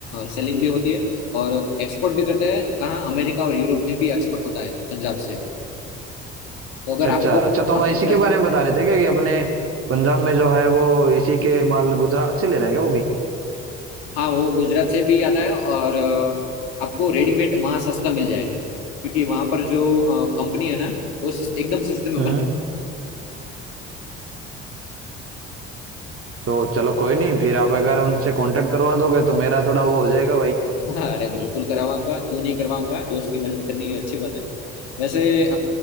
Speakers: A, on the left; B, on the right.
A: सेलिंग भी होती है और एक्सपोर्ट भी करते हैं कहाँ अमेरिका और यूरोप में भी एक्सपोर्ट होता है पंजाब से तो अगर
B: अच्छा
A: आपको
B: अच्छा अच्छा तो हम
A: आपको
B: इसी
A: साइड
B: के बारे में बता रहे थे क्या कि अपने पंजाब में जो है वो इसी के माल गुजरात से ले रहे हैं क्या वो भी
A: हाँ वो गुजरात से भी आता है और अ, आपको रेडीमेड वहाँ सस्ता मिल जाएगा क्योंकि वहाँ पर जो कंपनी है ना वो सस- एकदम सस्ते में
B: हम्म तो चलो कोई नहीं फिर आप अगर उनसे कांटेक्ट करवा दोगे तो मेरा थोड़ा वो हो जाएगा भाई
A: <laughs> हाँ अरे बिल्कुल करवाऊंगा क्यों नहीं करवाऊंगा दोस्त की मदद करनी ये अच्छी बात है वैसे अ,